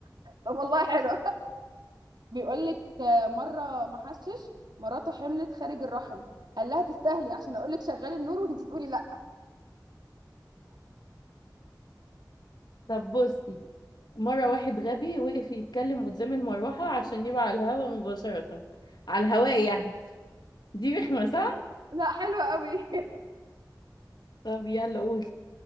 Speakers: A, on the right; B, on the left.
A: طب والله حلو بيقولك آه، مرة محشش مراته حملت خارج الرحم قال لها تستاهلي عشان اقولك شغلي النور <laughs> وانتي تقولي لا
B: طب بصي مره واحد غبي وقف يتكلم قدام المروحه عشان يبقى على الهوا مباشره على الهواء يعني دي رخمه صح
A: لا حلو قوي
B: طب يلا قولي